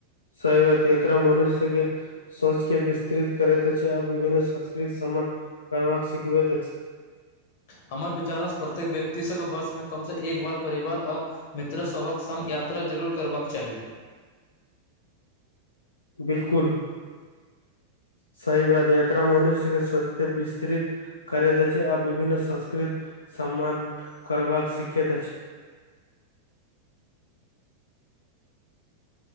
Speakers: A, on the left; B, on the left.
A: सही बात यात्रा मनुष्य केँ सोच केँ विस्तृत करैत अछि आ विभिन्न संस्कृत समान करबाक सिखबैत अछि
B: हमर विचारसँ प्रत्येक व्यक्तिसँके वर्षमे कमसँ एक बार परिवार आ मित्रसभक संग यात्रा जरूर करबाक चाही
A: बिलकुल सही बात यात्रा मनुष्य केँ सोच केँ विस्तृत करैत अछि आ विभिन्न संस्कृत सम्मान करबाक सिखैत अछि